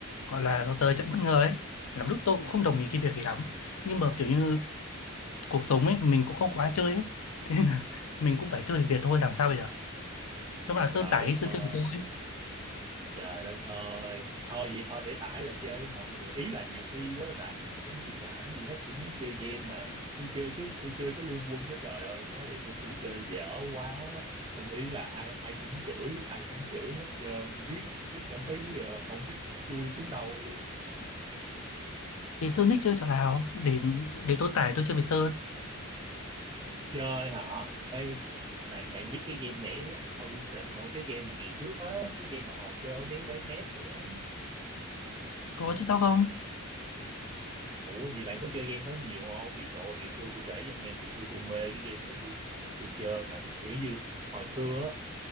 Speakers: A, on the left; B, on the right.
A: gọi là rời trận bất ngờ ấy lắm lúc tôi cũng không đồng ý cái việc ấy lắm nhưng mà kiểu như cuộc sống ấy mình cũng không có ai chơi ấy <laughs> thế nên là mình cũng phải chơi với Việt thôi làm sao bây giờ thế mà là Sơn
B: trời
A: tải
B: đất
A: đi Sơn
B: ơi
A: chơi với tôi
B: Trời đất ơi. Thôi vậy thôi để tải lại chơi với mọi người. Ý là nhiều khi á, rảnh quá cũng không biết làm gì hết, cũng muốn chơi game mà. Tôi chơi cái tôi chơi cái Liên Quân đó trời ơi, tôi nói thiệt luôn tôi chơi dở quá. Nên ý là ai ai cũng chửi, ai cũng chửi hết trơn. Riết riết cảm thấy ờ, không biết chui xuống đâu luôn.
A: thì Sơn thích chơi trò nào để để tôi tải tôi chơi với Sơn
B: Chơi hả? Ê, bạn bạn biết cái game nhảy Audition không? Cái game mà ngày trước á, cái game mà hồi chơi ở mấy quán net nữa á.
A: có chứ sao không
B: Ủa vậy bạn có chơi game đó nhiều không? Ngày trời ơi, ngày xưa tôi kể cho nghe, ngày xưa tôi mê cái game đó tôi tôi chơi mà kiểu như hồi xưa á,